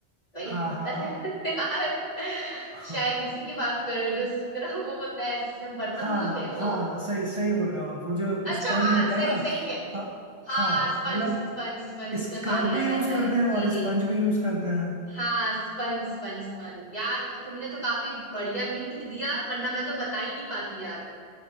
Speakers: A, on the left (about 40°); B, on the right (about 30°).
A: वही
B: हाँ हाँ
A: होता है <laughs> यार
B: हाँ
A: शायद उसी की बात कर रहे हो जो स्क्रब होता है जिससे हम बर्तन
B: हाँ
A: धुलते हैं
B: हाँ
A: वो
B: सही सही बोल रहे हो आप वो जो
A: अच्छा
B: स्पंज
A: हाँ
B: होता
A: सही
B: है ना
A: सही
B: हाँ
A: हाँ
B: हाँ
A: स्पंज
B: मतलब
A: स्पंज स्पंज उसमें
B: स्क्रब
A: पानी
B: भी
A: आ
B: यूज
A: जाता
B: करते
A: है
B: हैं
A: जी
B: और स्पंज
A: जी
B: भी यूज करते हैं
A: हाँ स्पंज स्पंज स्पंज यार तुमने तो काफी बढ़िया हिंट दिया वरना मैं तो बता ही नहीं पाती यार